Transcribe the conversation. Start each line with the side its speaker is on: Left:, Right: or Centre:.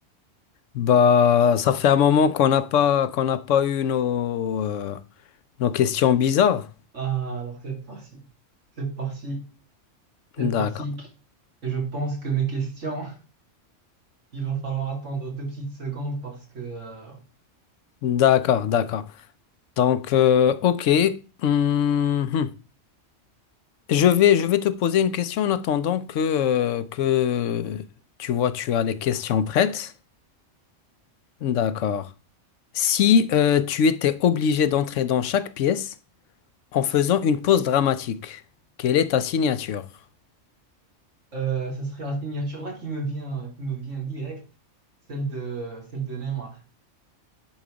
Left: Bah, ça fait un moment qu'on n'a pas qu'on n'a pas eu nos euh, nos questions bizarres.
Right: Ah, alors c'est parti, c'est parti, c'est
Left: D'accord,
Right: parti. Et je pense que mes questions, <laughs> il va falloir attendre deux petites secondes parce que... euh,
Left: d'accord, d'accord. Donc, euh, ok. hum, hum. Je vais je vais te poser une question en attendant que euh, que tu vois tu as les questions prêtes. D'accord. Si euh, tu étais obligé d'entrer dans chaque pièce En faisant une pause dramatique, quelle est ta signature?
Right: Euh, ce serait la signature là qui me vient, qui me vient direct, celle de, celle de Neymar.